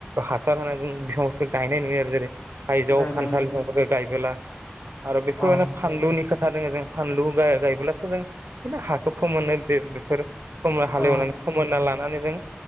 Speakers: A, on the right; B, on the left.
A: हासार होनानै जों बिफांफोरखौ गायनाय नुयो आरो जेरै थाइजौ
B: गायनाय
A: खान्थाल
B: नुयो,
A: बिफांफोरखौ गायबोला आरो बेखौ
B: औ
A: माने फानलुनि खाथ खोथा दोङो जों फानलु गायोबोब्लाथ' जों बिदिनो हाखौ फोमोनो बेफोर फोम हालेवनानै
B: औ
A: फोमोनना लानानै जों